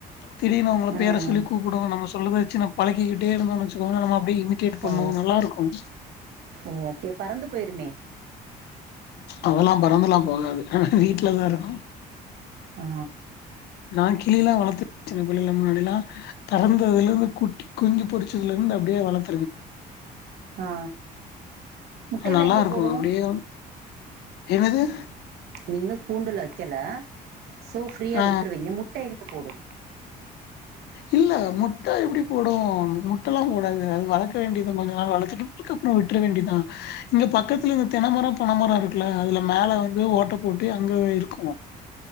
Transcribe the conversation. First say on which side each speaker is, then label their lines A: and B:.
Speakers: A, on the left; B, on the right.
A: திடீர்னு உங்கள
B: ம்
A: பேர சொல்லி கூப்புடு நம்ம சொல்லத வச்சு ந பழிக்கிட்டே இருந்தோ வச்சுக்கோங்க நம்ம அப்டி இமிடெட் பண்ணும்
B: ஓ
A: நல்லா இருக்கும்
B: ஓ அப்படியா பறந்து போயிருமே
A: அதல்லாம் பறந்துெலாம் போகது வீட்டுலதா இருக்கு
B: ஆ
A: நா கிளிலா வளத்துச்ருவே சின்ன பிள்ளைல முன்னாடிலா பெறந்ததுல இருந்து குட்டி குஞ்சு பொறிச்சதுல இருந்து அப்டியே வளத்
B: ஆ முட்டைலா
A: அது நல்லா
B: எங்க
A: இருக்கு
B: போடு
A: அப்டியே என்னது
B: நீங்க கூண்டுல வக்கல சோ ஃப்ரீயா
A: ஆ
B: விட்டுருவீங்க முட்ட எங்க போடு
A: இல்ல முட் முட்ட எப்டி போடு முட்டல்லா போடது அது வளக்க வேண்டியது கொஞ்ச நாள் வளத்துட்டுதுக்கப்புற வி ட்ற வேண்டிதா இங்க பக்கத்தல இந்த தெனமர பனமரம் இருக்கு துல அதுல மேல வந்து ஓட்ட போட்டு அங்க இருக்குமோ